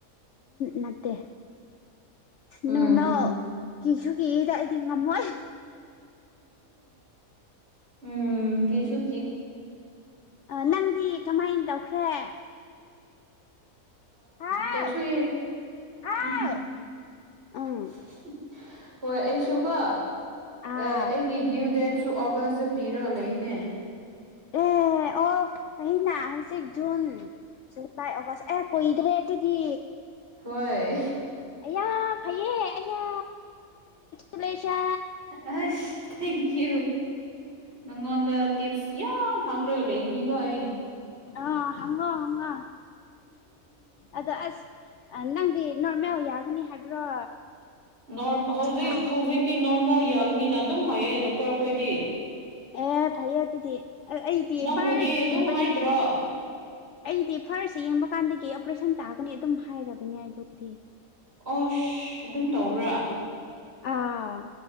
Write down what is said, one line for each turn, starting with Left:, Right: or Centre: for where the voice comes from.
Left: ꯅꯠꯇꯦ
Right: ꯎꯝ
Left: ꯅꯔꯃ ꯀꯤꯁꯨ ꯀꯤꯗ ꯑꯩꯗꯤ ꯉꯝꯃꯣꯏ
Right: ꯎꯝ ꯀꯁꯨ
Left: ꯅꯪꯗꯤ ꯀꯃꯥꯏꯅ ꯇꯧꯈ꯭ꯔꯦ ꯍꯥꯎ
Right: ꯇꯊ
Left: ꯍꯥꯎ
Right: <inaudible>
Left: ꯎꯝ
Right: ꯍꯣꯏ ꯑꯩꯁꯨꯀꯣ
Left: ꯑꯥ
Right: ꯑꯩꯒꯤ ꯗ꯭ꯌꯨ ꯗꯦꯠ ꯁꯨ ꯑꯒꯁꯇ ꯄꯤꯔꯒ ꯂꯩꯅꯦ
Left: ꯑꯦ ꯑꯣ ꯑꯩꯅ ꯍꯧꯖꯤꯛ ꯖꯨꯟ ꯇꯥꯏ ꯑꯣꯋꯥꯁ ꯑꯦ ꯀꯗꯕ ꯑꯗꯨ ꯇꯤ
Right: ꯍꯣꯏ
Left: ꯑꯌꯥ ꯐꯩꯌꯦ ꯑꯌꯥ ꯀ꯭ꯔꯦꯁ
Right: ꯑꯁ ꯊꯦꯡꯀ꯭ꯌꯨ ꯅꯪꯉꯣꯟꯗ ꯇꯤꯞꯁ ꯌꯥꯝ ꯍꯥꯡꯗ꯭ꯔꯒ ꯂꯩꯒꯅꯤꯀꯣ ꯑꯩ
Left: ꯑ ꯍꯉꯣ ꯍꯪꯉ ꯑꯗ ꯑꯁ ꯅꯪꯗꯤ ꯅ ꯃ ꯌꯥꯒꯅꯤ ꯍꯥꯏꯕ꯭ꯔꯣ
Right: ꯅ ꯍꯧꯖꯤꯛ
Left: ꯍꯥ
Right: ꯍꯧꯖꯤꯛꯗꯤ ꯅ ꯅ ꯌꯥꯒꯅꯤꯅ ꯑꯗꯨꯝ ꯍꯥꯏꯌꯦ ꯗꯣꯛꯇꯔ ꯑꯩꯈꯣꯏꯗꯤ
Left: ꯑꯦ ꯐꯩꯌꯦ ꯑꯗꯨꯗꯤ ꯑꯩꯗꯤ
Right: ꯅꯪꯕꯨꯗꯤ
Left: ꯐꯔꯁ
Right: ꯑꯗꯨꯝ
Left: ꯌꯦꯡꯕꯗꯤ
Right: ꯍꯥꯏꯗ꯭ꯔꯣ
Left: ꯑꯩꯗꯤ ꯐꯥꯔꯁ ꯌꯦꯡꯕ ꯀꯥꯟꯗꯒꯤ ꯑꯣꯄꯔꯦꯁꯟ ꯇꯥꯒꯅꯤ ꯑꯗꯨꯝ ꯍꯥꯏꯔꯕꯅꯦ ꯑꯩꯕꯨꯗꯤ
Right: ꯑꯁ ꯑꯗꯨꯝ ꯇꯧꯕ꯭ꯔꯥ
Left: ꯑꯥ